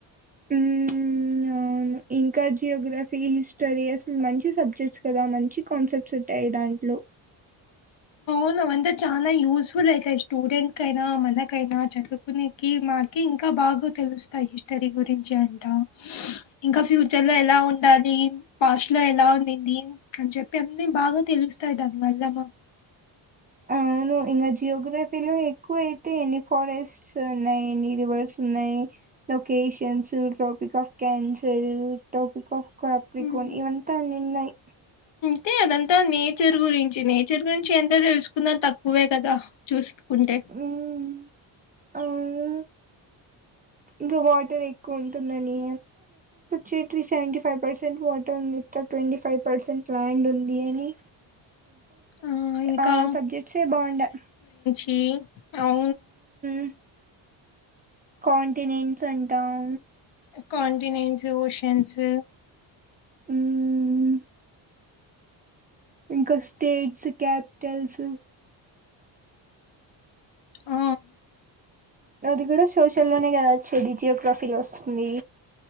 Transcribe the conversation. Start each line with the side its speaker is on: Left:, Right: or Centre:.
Right: ఊమ్ అవును ఇంకా జియోగ్రఫీ హిస్టరీ అసలు మంచి సబ్జెక్ట్స్ కదా, మంచి కాన్సెప్ట్స్ ఉంటాయి దాంట్లో. <inaudible>
Left: అవును అవంతా చాలా యూస్ఫుల్ అయితాయి స్టూడెంట్స్ కి అయినా మనకైనా చదువుకునేకి మాకి ఇంకా బాగా తెలుస్తాయి హిస్టరీ గురించి అంట, ఇంకా ఫ్యూచర్ లో ఎలా ఉండాలి? పాస్ట్ లో ఎలా ఉండింది అని చెప్పి అన్నీ బాగా తెలుస్తాయి దాని వల్ల మా
Right: ఆ అవును ఇంకా జియోగ్రఫీలో ఎక్కువ అయితే ఎన్ని ఫారెస్ట్స్ ఉన్నాయి ఎన్ని రివర్స్ ఉన్నాయి locations tropic of cancer tropic of కాప్రికోన్
Left: um.
Right: ఇవంతా ఉన్నిన్నాయి
Left: అదే అదంతా నేచర్ గురించి నేచర్ గురించి ఎంత తెలుసుకున్న తక్కువే గదా చూస్ కుంటే
Right: మ్మ్ అవును ఇంకా వాటర్ ఎక్కువ ఉంటుంన్ నని చే two seventy five percent water అని చెప్తారు ట్వంటీ ఫైవ్ పర్సెంట్ ల్యాండ్ ఉంది అని
Left: ఆ ఇంకా
Right: ఆ సబ్జెక్ట్సే బాగుండే
Left: ఈ
Right: <inaudible> కాంటినెంట్స్ అంటాం
Left: కాంటినెంట్స్ ఓషన్స్
Right: మ్ ఇంకా స్టేట్స్ క్యాపిటల్స్
Left: ఆ
Right: అది కూడా సోష లోనే కదా వచ్చేది జియోగ్రఫీలో వస్తుంది